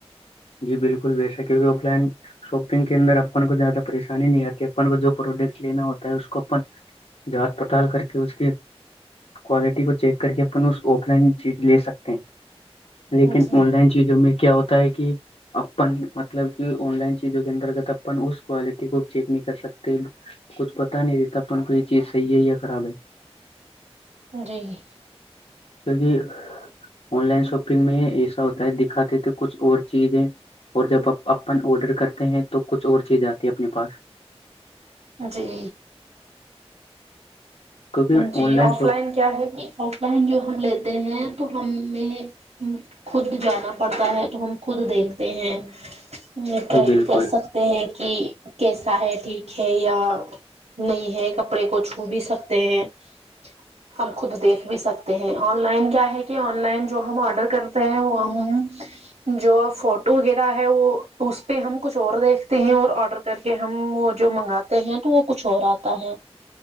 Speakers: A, on the left (about 70°); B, on the right (about 75°).
A: جی بالکل بےسک کیوںکہ آف لائن شاپنگ کے اندر اپن کو زیادہ پریشانی نہیں آتی اپن کو جو پروڈکٹ لینا ہوتا ہے اس کو اپن جانچ پڑتال کر کے اس کی کوالٹی کو چیک کر کے اپن اس آف لائن چیز لے سکتے ہیں لیکن
B: جی
A: آن لائن چیزوں میں کیا ہوتا ہے کہ اپن مطلب کہ آن لائن چیزوں کے انترگت اپن اس کوالٹی کو چیک نہیں کر سکتے کچھ پتا نہیں رہتا اپن کوئی چیز صحیح ہے یا خراب ہے
B: جی
A: کیونکہ آن لائن شاپنگ میں ایسا ہوتا ہے دکھاتے تھے کچھ اور چیزیں اور جب آ اپن آڈر کرتے ہیں تو کچھ اور چیز آتی ہے اپنے پاس
B: جی
A: کیونکہ
B: جی
A: آن
B: آف
A: شاپ
B: لائن کیا ہے کہ آف لائن جو ہم لیتے ہیں تو ہمیں خود جانا پڑتا ہے تو ہم خود دیکھتے ہیں ہ پرائی
A: جی بالکل
B: بھی کر سکتے ہیں کہ کیسا ہے ٹھیک ہے یا نہیں ہے کپڑے کو چھو بھی سک ت <unintelligible> <inaudible> ہم خود دیکھ بھی سکتے ہیں آن لائن کیا ہے کہ آن لائن جو ہم آرڈر کر وہ ہم جو فوٹو وغیرہ ہے وہ اس پہ ہم کچھ اور دیکھ ہیں اور آڈر کر کے ہم وہ جو منگاتے ہیں تو وہ کچھ اور آتا ہے